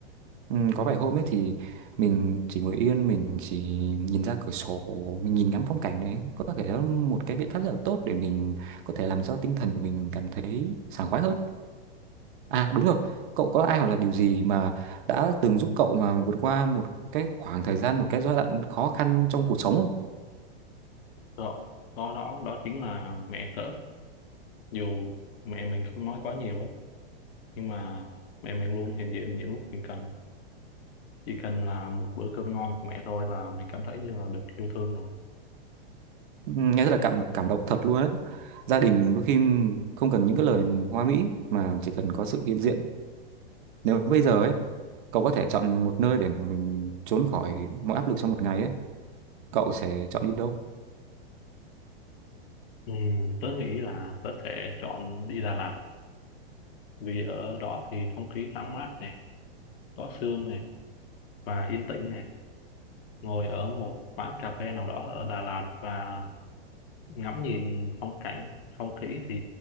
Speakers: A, on the right (about 55°); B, on the left (about 65°).
A: Ừ, có vài hôm ấy thì mình chỉ ngồi yên mình chỉ nhìn ra cửa sổ mình nhìn ngắm phong cảnh đấy có thể đó là một cái biện pháp rất là tốt để mình có thể làm cho tinh thần của mình cảm thấy sảng khoái hơn à đúng rồi cậu có ai hoặc là điều gì mà đã từng giúp cậu mà vượt qua một cái khoảng thời gian một cái giai đoạn khó khăn trong cuộc sống không
B: đó đó đó đó chính là mẹ tớ dù mẹ mình không nói quá nhiều á nhưng mà mẹ mình luôn hiện diện những lúc mình cần chỉ cần là một bữa cơm ngon của mẹ thôi là mình cảm thấy như là được yêu thương rồi
A: nghe rất là cảm cảm động thật luôn đấy gia đình đôi khi không cần những cái lời hoa mỹ mà chỉ cần có sự hiện diện nếu bây giờ ấy cậu có thể chọn một nơi để mình trốn khỏi mọi áp lực trong một ngày ấy cậu sẽ chọn đi đâu
B: ừ, tớ nghĩ là tớ sẽ chọn đi Đà Lạt vì ở đó thì không khí thoáng mát này có sương này và yên tĩnh này ngồi ở một quán cà phê nào đó ở Đà Lạt và ngắm nhìn phong cảnh không khí thì